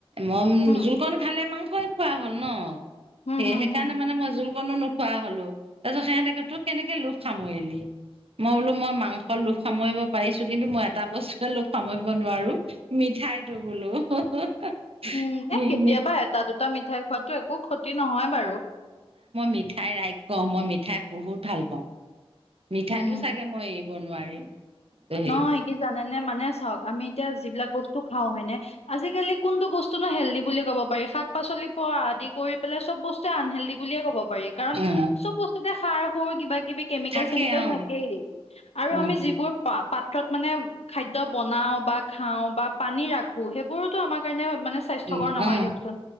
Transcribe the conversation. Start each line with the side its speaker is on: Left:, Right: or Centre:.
Right: মই
Left: উম
Right: জোলকণ খালে মাংসই খোৱা হ'ল ন,
Left: হম
Right: সেই
Left: হম
Right: সেইকাৰণে
Left: হম
Right: মানে মই জোল কনো নোখোৱা হ'লো, তাৰ পিছত সেহতেকে তোৰ কেনেকে লোভ সামৰিলি। মই বোলো মই মাংস লোভ সামৰিব পাৰিছো, কিন্তু মই এটা বস্তুকে লোভ সামৰিব নোৱাৰো মিঠাইটো বোলো। <unintelligible>
Left: উম এ
Right: নাই
Left: কেতিয়াবা
Right: মই
Left: এটা দুটা মিঠাই খোৱাতো একো ক্ষতি নহয় বাৰু
Right: মিঠাই ৰাক্ষস, মই মিঠাই বহুত ভাল পাওঁ। মিঠাইটো
Left: উম
Right: চাগে মই এৰিব নোৱাৰিম। হেই
Left: নহয় কি জানেনে, মানে চাওঁক, আমি এতিয়া যিবিলাক বস্তু খাওঁ হয় নে, আজিকালি কোনটো বস্তুনো হেলডি বুলি ক'ব পাৰি, শাক পাচলি পোৱা আদি কৰি পেলাই চব বস্তুৱে আনহেল্ডি বুলিয়ে ক'ব পাৰি, কাৰণ
Right: উম
Left: চব বস্তুতে সাৰ সুৰ কিবা কিবি কেমিকেল
Right: থাকে
Left: চেমিকেল
Right: অ
Left: থাকেই, আৰু
Right: উম
Left: আমি যিবোৰ পা পাত্ৰত মানে খাদ্য বনাও বা খাওঁ বা পানী ৰাখো, সেইবোৰোতো আমাৰ কাৰণেও মানে স্বাস্থ্যকৰ
Right: উম
Left: নহয়
Right: উম
Left: দিয়কচোন।